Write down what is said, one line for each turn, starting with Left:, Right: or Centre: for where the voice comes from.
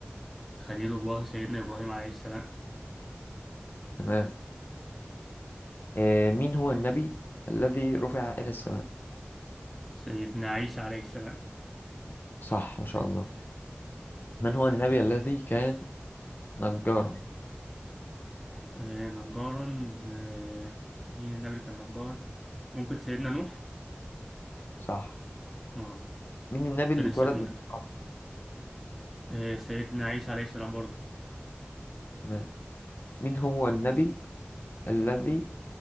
Centre: خليل الله سيدنا إبراهيم عليه السلام
Left: تمام آه مين هو النبي الذي رفع إلى السماء
Centre: سيدنا عيسى عليه السلام
Left: صح ما شاء الله من هو النبي الذي كان نجارا
Centre: آه نجارا آه مين النبي اللي كان نجار ممكن سيدنا نوح
Left: صح
Centre: اه
Left: مين النبي اللي
Centre: كان السفينة
Left: اتولد من الأرض
Centre: آه سيدنا عيسى عليه السلام برضه
Left: تمام مين هو النبي الذي